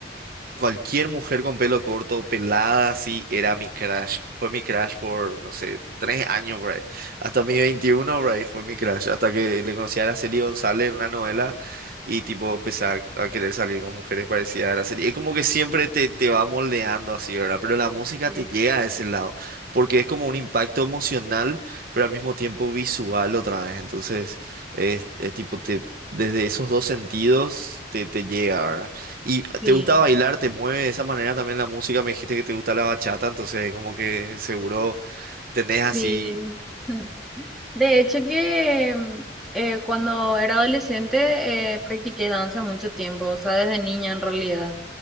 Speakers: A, on the right; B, in the centre.
A: Cualquier mujer con pelo corto, pelada, así, era mi crush. Fue mi crush por, no sé, tres años, por ahí. Hasta mi 21 por ahí, fue mi crush. Hasta que le conocí a Araceli González en una novela y, tipo, empecé a, a querer salir con mujeres parecidas a Araceli. Es como que siempre te, te va moldeando así, ¿verdad? Pero la música
B: Sí.
A: te llega a ese lado, porque es como un impacto emocional, pero al mismo tiempo visual otra vez. Entonces, es, es tipo, te, desde esos dos sentidos te, te llega, ¿verdad? ¿Y
B: Sí.
A: te gusta bailar? ¿Te mueve de esa manera también la música? Me dijiste que te gusta la bachata, entonces como que seguro tenés
B: Sí.
A: así,
B: <laughs> De hecho que mm, eh, cuando era adolescente eh, practiqué danza mucho tiempo, o sea, desde niña en realidad.